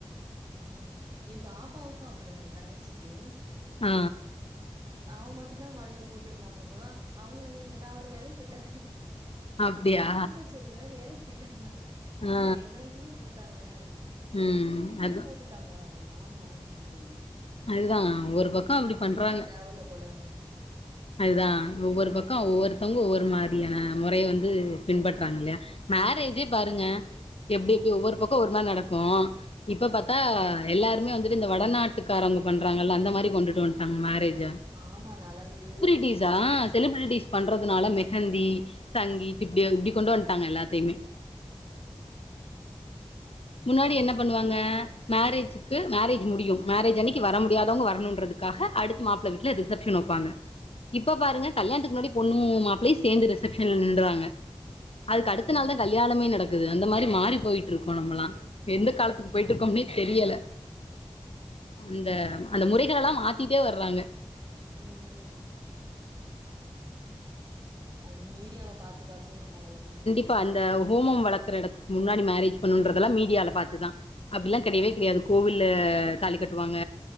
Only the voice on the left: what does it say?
ஆ
அப்டியா
ஆ
ம்
அதா
அதுதா ஒரு பக்க அப்டி பண்றாங்க
அதுதா ஒவ்வொர் பக்கோ ஒவ்வொர்த்தங் ஒவ்வொர் மாரியான மொறய வந்து பின்பற்றாங்கல்லயா மேரேஜ்ஜே பாருங்க எப்டி எப்டி ஒவ்வொர் பக்கோ ஒரு மார் நடக்கோ இப்ப பாத்தா எல்லாருமே வந்துட்டு இந்த வடநாட்டுக்காரங்க பண்றாங்கல்ல அந்த மாரி கொண்டுட்டு வன்ட்டாங்க மேரேஜ
ந்தீஸ்ஸா செலிபிரிட்டிஸ் பண்றதுனால மெஹந்தி சங்கீத் இப்டி இப்டி கொண்டு வன்ட்டாங்க எல்லாத்தியுமே
முன்னாடி என்ன பண்ணுவாங்க மேரேஜுக்கு மேரேஜ் முடியும் மேரேஜ் அன்னக்கி வர முடியாதவங்க வரணுன்றதுக் காஹ அடுத்து மாப்புள வீட்ல ரிசெப்ஷன் வப்பாங்க இப்போ பாருங்க கல்யாணத்துக்கு முன்னாடியே பொண்ணு மாப்ளயு சேந்து ரிசெப்ஷன்ல நின்றாங்க அதுக்கு அடுத்த
நாள் தா கல்யாணமே நடக்குது அந்த மாரி மாறி போயிட்ருக்கோ நம்பல்லா எந்த காலத்துக்கு
போயிட்ருக்கோம்னே தெரியல அந்த
அந்த முறைகலெல்லா மாத் திட்டே வர்றாங்க
இப்ப அந்த ஹோமம் வளக்ற எடத்துக் முன்னாடி மேரேஜ் பண்ணுண்றதெல்லாம் மீடியால பாத்துதா அப்டிலா கெடயவே கெடயாது கோவில்ல தாலி கட்டுவாங்க